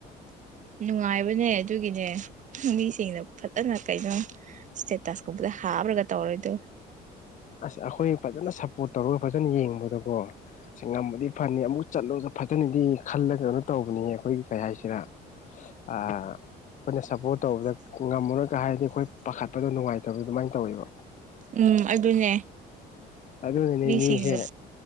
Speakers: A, on the right; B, on the left.
A: ꯅꯨꯡꯉꯥꯏꯕꯅꯦ ꯑꯗꯨꯒꯤꯅꯦ ꯃꯤꯁꯤꯡꯅ ꯐꯠꯇꯅ ꯀꯩꯅꯣ ꯁꯇꯦꯇꯁ ꯍꯥꯞꯄꯒ ꯇꯧꯔꯣꯏꯗ
B: ꯑꯁ ꯑꯩꯈꯣꯏ ꯐꯖꯅ ꯁꯞꯄꯣꯔꯠ ꯇꯧꯔꯒ ꯐꯖꯅ ꯌꯦꯡꯕꯗꯀꯣ ꯁꯤ ꯉꯃꯗꯤ ꯐꯅꯤ ꯑꯃꯨꯛ ꯆꯠꯂꯣꯁꯨ ꯐꯖꯅꯗꯤ ꯈꯜꯂꯒ ꯀꯩꯅꯣ ꯇꯧꯕꯅꯤ ꯑꯩꯈꯣꯏꯒꯤ ꯀꯩ ꯍꯥꯏꯁꯤꯔ ꯑ ꯑꯩꯈꯣꯏꯅ ꯁꯞꯄꯣꯔꯠ ꯇꯧꯕꯗ ꯉꯝꯃꯨꯔꯒ ꯍꯥꯏꯔꯗꯤ ꯑꯩꯈꯣꯏ ꯄꯥꯈꯠꯄꯗꯣ ꯅꯨꯡꯉꯥꯏꯇꯕꯗꯣ ꯑꯗꯨꯃꯥꯏꯅ ꯇꯧꯋꯦꯕ
A: ꯎꯝ ꯑꯗꯨꯅꯦ
B: ꯑꯗꯨꯅꯅꯦ
A: ꯃꯤꯁꯤꯡꯁꯦ
B: ꯃꯤꯁꯦ